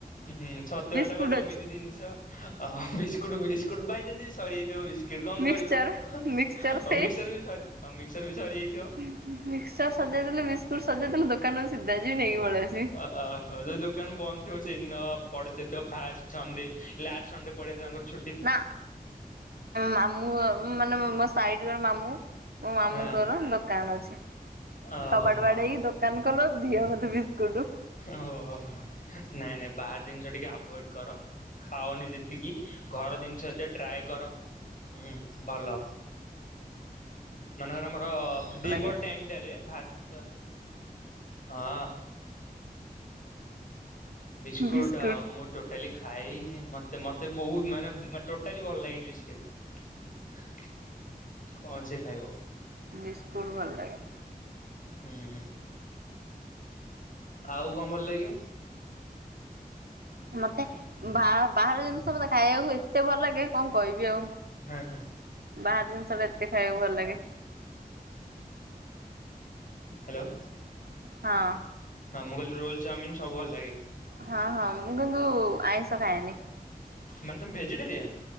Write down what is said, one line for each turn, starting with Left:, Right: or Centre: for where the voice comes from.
Left: ହୁ ହୁ। ଛତୁଆଟା
Right: ବିସ୍କୁଟ
Left: ବା ସେମିତି
Right: ଅଛି
Left: ଜିନିଷ ବିସ୍କୁଟ ବିସ୍କୁଟ ବାଇଚନ୍ସ ସରିଯାଇଥିବ ବିସ୍କୁଟ୍ କଣ
Right: ମିକ୍ସଚର
Left: କରିବ? ହୋଉ
Right: ମିକ୍ସଚର ସେଇ
Left: ମିକ୍ସଚର ବି ସ ମିକ୍ସଚରି ବି ସରିଯାଇଥିବ।
Right: ମିକ୍ସଚର ସରିଜାଇ ଥିଲେ ବିସ୍କୁଟ ସରିଯାଇଥିଲେ ଦୋକାନକୁ ସିଧା ଯିବି ନାଇକି ପଳାଇଆଶିବି।
Left: ଓହୋ ଯୋଉ ଦୋକାନ ବନ୍ଦ ଥିବ ସେଇଦିନ ପଡିଦେଇଥିବ ଫାଷ୍ଟ ସଣ୍ଡେ ଲାଷ୍ଟ ସଣ୍ଡେ ପଡେ ତାଙ୍କର ଛୁ
Right: ନା ମାମୁଁ ହ ମାନେ ମୋ ସାହିଟିରେ ଜଣେ ମାମୁଁ ମୋ ମାମୁଙ୍କର
Left: ହଁ
Right: ଦୋକାନ ଅଛି
Left: ଓହୋ
Right: କବାଡ ବାଡେଇକି ଦାନ ଦୋକାନ ଖୋଲ ଦିଅ ମୋତେ ବିସ୍କୁଟୁ।
Left: ଓହୋ ଓହୋ ନାଇଁ ନାଇଁ ବାହାର ଜିନିଷ ଟିକେ ଆଭଏଡ କର। ଖାଉନି ଯେତିକି ଘର ଜିନିଷ ଏ ଟ୍ରାଏ କର ହୁଁ ଭଲ ମାନେକର ଆମର
Right: ଭଲ
Left: ଦିପହର
Right: ଲାଗେ
Left: ଟାଇମି ଟାରେ ଭାତ ହଁ। ବିସ୍କୁଟ୍
Right: ବିସ୍କୁଟ।
Left: ଆ ମୋଦ୍ ଟୋଟାଲି ଖାଇନି ମତେ ମତେ ବହୁତ ମାନେ ଟୋଟାଲି ଭଲ ଲାଗେନି ବିସ୍କୁଟ। କଣ ସେ ଖାଇବ।
Right: ବିସ୍କୁଟ ଭଲ ଲାଗେ।
Left: ହୁଁ। ଆଉ କଣ ଭଲ ଲାଗ କି?
Right: ମତେ ବା ବାହାର ଜିନିଷ ମତେ ଖାଇବାକୁ ଏତେ ଭଲ ଲାଗେ କଣ କହିବି ଆଉ।
Left: ହଁ ହୁଁ।
Right: ବାହାର ଜିନିଷ ଟା ଏତେ ଖାଇବାକୁ ଭଲ ଲାଗେ
Left: ହାଲୋ।
Right: ହଁ।
Left: ହଁ ମୁକହିଲି ରୋଲ ଚାଉମିନି ସବୁ ଭଲ ଲାଗେ?
Right: ହଁ ହଁ ମୁଁ କିନ୍ତୁ ଆଇଁଷ ଖାଇଏନି।
Left: ମାନେ ତୁମୋ ଭେଜିଟେରିୟନ?